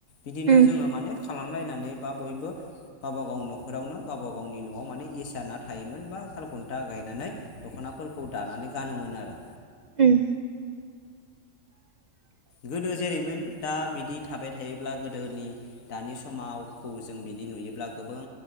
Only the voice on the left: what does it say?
बिदिनो
जोङो माने खालामलायनानै बा बयबो गावबा गाव न'खरावनो गावबा गावनि न'वाव माने इसना थायोमोन बा साल खुनथा गायनानै दख'नाफोरखौ दानानै गानोमोन आरो‌।
गोदो जेरैमोन दा बिदि थाबाय थायोब्ला गोदोनि दानि समावखौ जों बिदि नुयोब्ला गोबां